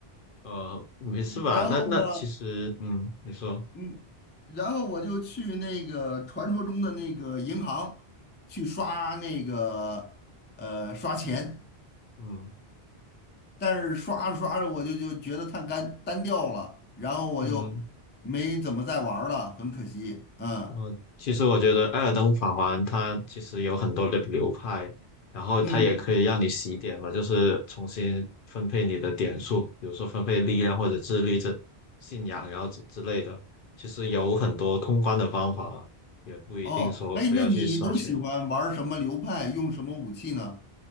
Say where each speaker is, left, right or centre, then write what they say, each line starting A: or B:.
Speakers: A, on the left; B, on the left.
A: 呃，没事吧？
B: <laughs> 然后呢，
A: 那那其实，嗯，你说，
B: 嗯，然后我就去那个传说中的那个银行去刷那个呃刷钱。
A: 嗯
B: 但是刷着刷着我就就觉得太干单调了，然后我就没怎么再玩儿了，
A: 嗯，
B: 很可惜。嗯
A: 呃，其实我觉得《艾尔登法环》它其实有很多的流派，然后它也可以让你洗点嘛，
B: 嗯，
A: 就是重新分配你的点数，比如说分配力量或者智力这信仰，然后之之类的。其实有很多通关的方法，也不一定说非要去刷全。
B: 哦，哎，那你都喜欢玩儿什么流派，用什么武器呢？